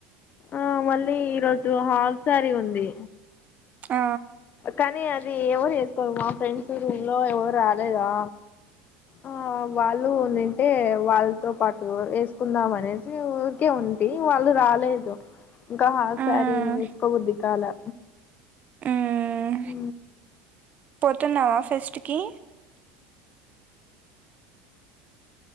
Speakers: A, on the left (about 40°); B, on the right (about 35°).
A: ఆ మళ్ళీ ఈరోజు హాఫ్ సారీ ఉంది
B: ఆ
A: కానీ ఎవరు వేసుకోమా ఫ్రెండ్స్ రూమ్ లో ఎవరు రాలేదా ఆ వాళ్ళు ని అంటే వాళ్ళతో పాటు వేసుకుందాం అనేసి ఊరికే ఉంటే వాళ్ళు రాలేదు ఇంకా హాఫ్
B: మ్మ్.
A: సారీ వేసుకో బుద్ధి కాలే
B: మ్మ్.
A: ఉ
B: పోతున్నావా ఫెస్ట్ కి